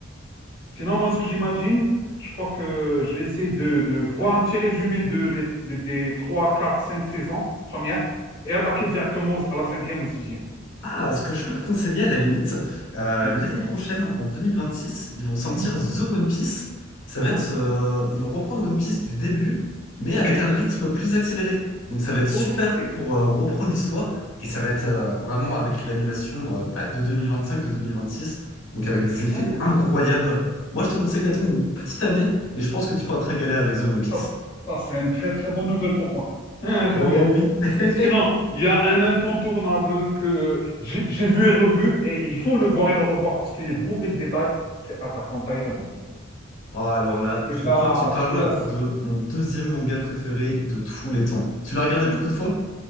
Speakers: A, on the left; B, on the left.
A: Sinon, moi, ce que j'imagine, je crois que je vais essayer de, de voir un petit résumé de, les- des des 3, 4, 5 saisons premières et attaquer directement au- à la cinquième ou sixième.
B: Ah, ce que je peux te conseiller à la limite, euh,
A: Hmm.
B: l'année prochaine, en 2026, ils vont sortir
A: Mhm.
B: The One Piece. Ça
A: Hein?
B: va être, euh, ils vont reprendre One Piece du début, mais
A: Ok.
B: avec un rythme plus accéléré. Donc ça va être super
A: Ok.
B: pour euh, reprendre l'histoire et ça va être
A: Ok.
B: euh, vraiment avec l'animation euh, bah, de 2025, de 2026, donc avec des effets
A: Très bien.
B: incroyables. Moi, je te conseille d'attendre une petite année et je pense que tu pourras te régaler avec The One Piece.
A: Ça, ça, ça, c'est une très, très bonne nouvelle pour moi. <laughs> Hein,
B: Oh
A: J'aime bien.
B: oui! <laughs>
A: Sinon, il y a un incontournable que euh, j'ai j'ai vu et revu, et il faut le voir et le revoir parce qu'il est bourré de détails, c'est Attack on Titan.
B: Ah, alors là,
A: Celui-là,
B: je crois que tu parles
A: celui-là, c'est...
B: de mon deuxième manga préféré de tous
A: Oui,
B: les temps. Tu l'as regardé
A: oui.
B: beaucoup de fois?